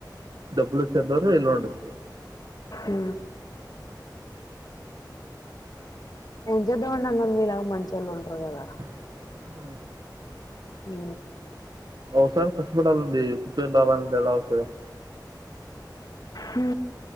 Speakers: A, on the right; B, on the left.
A: డబ్బులు వచ్చేంతవరకు ఇల్లానే ఉండొచ్చు
B: ఉ ఎం చేద్దండి అందర్ మీలాగా మంచోళ్ళు ఉండరు కదా
A: ఉ
B: ఉ
A: అవసరానికి కష్టపడాలండి కూర్చొని రావాలి అంటే ఎలా వస్తది
B: హు